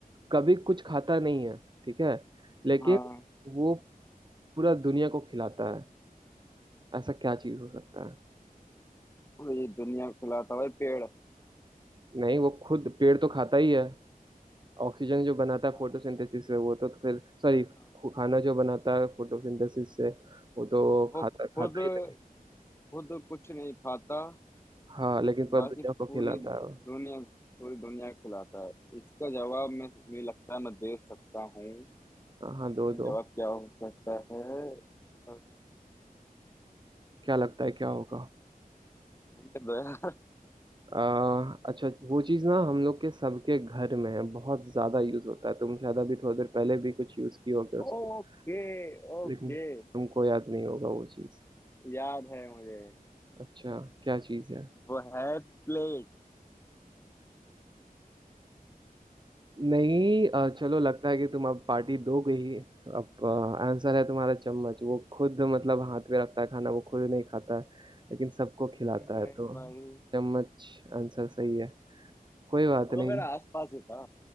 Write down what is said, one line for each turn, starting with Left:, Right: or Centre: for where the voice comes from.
Right: कभी कुछ खाता नहीं है ठीक है लेकिन
Left: हाँ
Right: वो पूरा दुनिया को खिलाता है ऐसा क्या चीज हो सकता है
Left: ये दुनिया को खिलाता है पेड़
Right: नहीं वो खुद पेड़ तो खाता ही है ऑक्सीजन जो बनाता है
Left: हाँ
Right: फोटोसिंथेसिस से वो तो, तो फिर सॉरी
Left: हाँ।
Right: खाना
Left: हाँ।
Right: जो बनाता है फोटोसिंथेसिस से वो तो
Left: वो
Right: खाता खाता
Left: खुद
Right: ही है
Left: खुद कुछ नहीं खाता
Right: हाँ लेकिन पर
Left: बाकी
Right: दुनिया को खिलाता
Left: पूरी दुनिया
Right: है वो।
Left: पूरी दुनिया को खिलाता है इसका जवाब मैं मुझे लगता है मैं दे सकता हूँ
Right: हाँ हाँ, दो दो
Left: इसका जवाब क्या हो सकता है
Right: क्या लगता है क्या होगा
Left: हिंट दो यार
Right: आ, अच्छा वो चीज़ ना हम लोग के सबके घर में है बहुत ज़्यादा यूज़ होता है तुम शायद अभी थोड़ी देर पहले भी कुछ यूज़ किए होगे
Left: Okay
Right: उसको
Left: okay
Right: लेकिन तुमको याद नहीं होगा वो चीज़
Left: याद है मुझे
Right: अच्छा क्या चीज़ है
Left: वो है प्लेट
Right: नहीं अ, चलो लगता है कि तुम अब पार्टी दोगे ही अब आंसर है तुम्हारा चम्मच वो खुद मतलब हाथ में रखता है खाना वो खुद नहीं खाता है लेकिन सबको खिलाता
Left: अरे
Right: है तो
Left: भाई
Right: चम्मच आंसर सही है कोई बात
Left: वो
Right: नहीं
Left: मेरा आसपास ही था